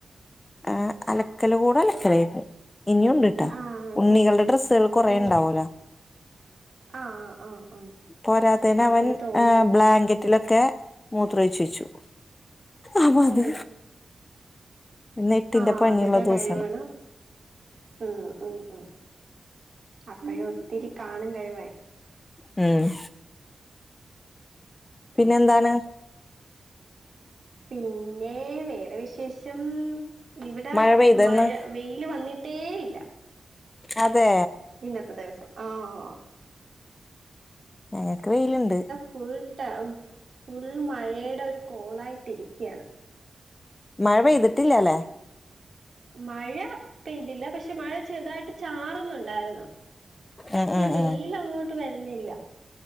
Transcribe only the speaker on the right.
ആഹ്
ഓ
ആഹ് ആഹ് ആഹ്
അപ്പഴ്
തോന്നിയുണ്ട്
ഓ
ആഹ്
അതൊക്കെ
കഴിവേണം ഉം ഉം ഉം അപ്പോഴും ഒത്തിരി കാണും കഴിവാൻ
പിന്നെ വേറെ വിശേഷം ഇവിടെ
മഴ വെയിൽ വന്നിട്ടേയില്ല
ഇന്നത്തെ ദിവസം ആഹ്
ഫുൾട ഫുൾ മഴയുടെ ഒരു കോളായിട്ടി ഇരിക്കുകയാണ്
മഴ പെയ്തില്ല പക്ഷെ മഴ ചെറുതായിട്ട് ചാറുന്നുണ്ടായിരുന്നു
പക്ഷേ
വെയിൽ
അങ്ങോട്ട് വരുന്നില്ല